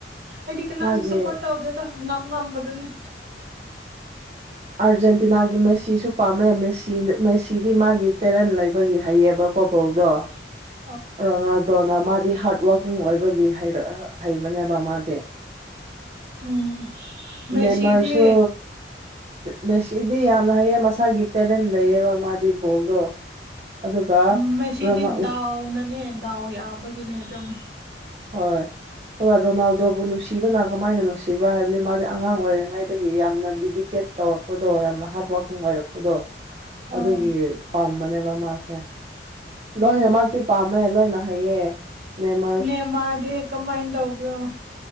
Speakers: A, on the right (about 55°); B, on the right (about 35°).
A: ꯑꯩꯗꯤ ꯀꯅꯥꯁꯨ
B: ꯃꯥꯒꯤ
A: ꯁꯄꯣꯔꯠ ꯇꯧꯗꯦꯗ ꯉꯝ ꯉꯝꯕꯗꯨꯅꯦ
B: ꯑꯥꯔꯖꯦꯟꯇꯤꯅꯥꯒꯤ ꯃꯦꯁꯤꯁꯨ ꯄꯥꯝꯃꯦ ꯃꯦꯁꯤ ꯃꯦꯁꯤꯗꯤ ꯃꯥꯒꯤ ꯇꯦꯂꯦꯟ ꯂꯩꯕꯒꯤ ꯍꯥꯏꯩꯌꯦꯕ ꯀ‌ꯣꯄ‌ꯜꯗꯣ
A: <inaudible>
B: ꯔꯣꯅꯥꯜꯗꯣꯅ ꯃꯥꯗꯤ ꯍꯥꯔꯠ ꯋꯥꯔꯀꯤꯡ ꯑꯣꯏꯕꯒꯤ ꯍꯩꯔ ꯍꯩꯕꯅꯦꯕ ꯃꯥꯗꯤ
A: ꯎꯝ ꯃꯦꯁꯤꯗꯤ
B: ꯅꯦꯃꯔꯁꯨ ꯃꯦꯁꯤꯗꯤ ꯌꯥꯝꯅ ꯍꯩꯌꯦ ꯃꯁꯥꯒꯤ ꯇꯦꯂꯦꯟ ꯂꯩꯌꯦꯕ ꯃꯥꯗꯤ ꯕꯣꯜꯗꯣ ꯑꯗꯨꯒ
A: ꯎꯝ ꯃ‌ꯦꯁꯤꯗꯤ
B: ꯔꯣꯅꯥꯜ
A: ꯗꯥꯎꯅꯅꯦ ꯗꯥꯎ ꯌꯥꯕꯒꯤꯅꯦ ꯑꯗꯨꯝ
B: ꯍꯣꯏ ꯑꯗꯣ ꯔꯣꯅꯥꯜꯗꯣꯕꯨ ꯅꯨꯡꯁꯤꯕꯅ ꯀꯃꯥꯏꯅ ꯅꯨꯡꯁꯤꯕ꯭ꯔꯥ ꯍꯥꯏꯕꯗꯤ ꯃꯥꯗꯤ ꯑꯉꯥꯡ ꯑꯣꯏꯔꯤꯉꯩꯗꯒꯤ ꯌꯥꯝꯅ ꯗꯤꯗꯤꯛ ꯀꯦꯠ ꯇꯧꯔꯛꯄꯗꯣ ꯌꯥꯝꯅ ꯍꯥꯔꯗ ꯋꯥꯔꯀꯤꯡ ꯑꯣꯏꯔꯛꯄꯗꯣ ꯑꯗꯨꯒꯤ
A: ꯑꯧ
B: ꯄꯥꯝꯕꯅꯦꯕ ꯃꯥꯁꯦ
A: ꯎꯝ
B: ꯂꯣꯏꯅꯃꯛꯇꯤ ꯄꯥꯝ ꯃ‌ꯦ ꯂꯣꯏꯅ ꯍꯥꯏꯌꯦ ꯅ‌ꯦꯃꯥꯔ
A: ꯅꯦꯃꯥꯔꯗꯤ ꯀꯃꯥꯏꯅ ꯇꯧꯕ꯭ꯔꯣ꯫